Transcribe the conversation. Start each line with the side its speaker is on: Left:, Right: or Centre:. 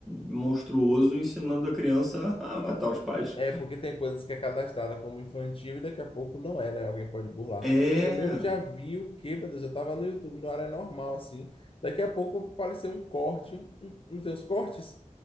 Centre: monstruoso ensinando a criança <laughs> a matar os pais.
Left: É porque tem coisas que é cadastrada como infantil e daqui a pouco não é, né? Alguém pode burlar.
Centre: É.
Left: Eu mesmo já vi o que, meu Deus, eu tava no YouTube, na área normal, assim. Daqui a pouco apareceu um corte, um, um dos cortes,